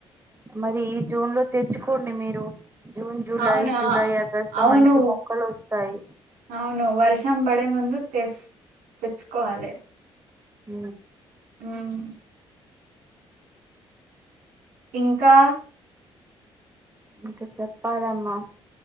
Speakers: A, on the right; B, on the right.
A: మరి ఈ జూన్ లో తెచ్చుకోండి మీరు జూన్ జూలై
B: అవును
A: జూలై
B: ఆ,
A: ఆగస్టు లో
B: అవును
A: మంచి మొక్కలు వస్తాయి
B: అవును వర్షం బడే ముందు తెచ్చుకోవాలి
A: ఊ
B: హ్మ్ ఇంకా
A: ఇంకా చెప్పాలమ్మా